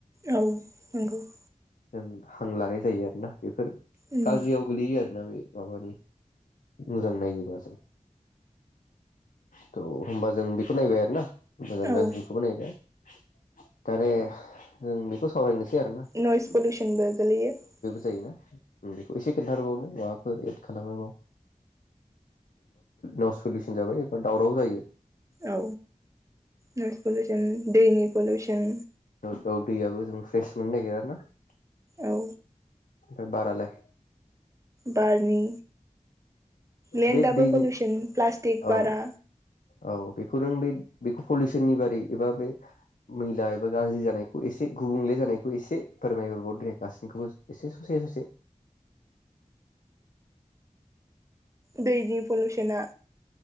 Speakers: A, on the right (about 25°); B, on the left (about 75°).
A: औ नंगौ ।
B: जों हां लानाय जायो आरो ना बेफोर
A: उम
B: गाज्रियाव गोलैयो आरोना बे माबादि मोजां नायोबा जों त' होनबा जों बेखौ नायबाय आरो ना मोजां
A: औ
B: गाज्रिखौबो नायबाय <unintelligible> जों बेखौ सावरायनोसै आरो ना
A: नइस पलिसनबो गोलैयो ।
B: जायोना बेखौ एसे खिन्थोबावनो माबाफोर एद खालामोबाव नइस पलिसन जाबाय एबा दावराव जायो ।
A: औ नइस पलिउसन दैनि पलिउसन
B: दाव दैयाबो जों फ्रेस मोननो नागिरा ना ।
A: औ
B: ओ बारालाय?
A: बारनि लेन्डआबो
B: बे दैनि
A: पलिउसन प्लास्टिक
B: औ
A: बारा
B: औ बेखौ नों बे बेखौ पलिउसननि बादै एबा बे मैला एबा गाज्रि जानायखौ एसे गुबुंले जानायखौ एसे फोरमायहरबाव दे गासैनिखौबो एसे ससे ससे ।
A: दैनि पलुसनआ